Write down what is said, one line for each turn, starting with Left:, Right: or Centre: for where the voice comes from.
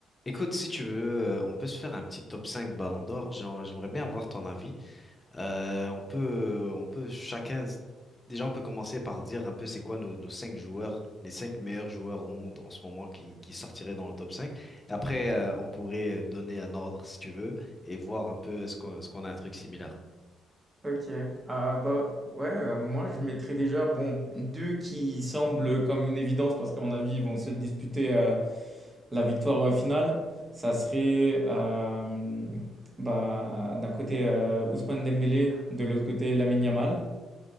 Left: Écoute, si tu veux, euh, on peut se faire un petit top 5 Ballon d'Or. J'en- J'aimerais bien avoir ton avis. Euh, on peut, on peut chacun, déjà, on peut commencer par dire un peu c'est quoi nos, nos 5 joueurs, les 5 meilleurs joueurs au monde en ce moment qui, qui sortiraient dans le top 5. Et après, euh, on pourrait donner un ordre si tu veux et voir un peu est-ce qu'on, est-ce qu'on a un truc similaire.
Right: Ok, ah bah ouais, euh, moi je mettrais déjà, bon, deux qui semblent comme une évidence parce qu'à mon avis ils vont se disputer euh, la victoire euh, finale. Ça serait euh, bah, d'un côté euh, Ousmane Dembélé, de l'autre côté Lamine Yamal.